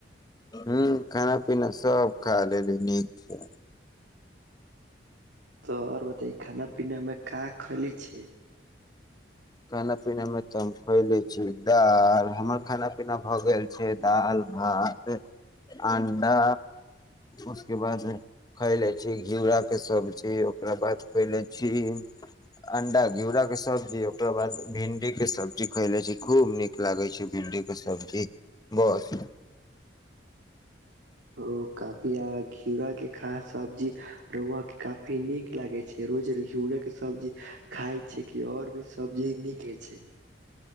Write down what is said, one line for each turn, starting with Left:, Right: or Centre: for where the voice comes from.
Left: हँ खाना पीना सब खा लेली नीक छै
Right: तऽ आओर बताइ खाना पीनामे का खली छे
Left: खाना पीनामे तऽ हम खुए लैत छी दाल हमर खाना पीना भऽ गेल छै दालि भात अणडा उसके बाद खए लै छी घिउराके सब्जी ओकरा बाद खुए ले छी अंडा घिउराके सब्जी ओरा बाद भिंडी के सब्जी खैले छी खूब नीक लागे छैय भिंडी के सब्जी बस
Right: ओ काफी आ घिरा के खास सब्जी रुआ के काफी नीक लागै छैय रोजर गिवरे के सब्जी खााय छैय कि और भी सब्जी नीक रहै छैय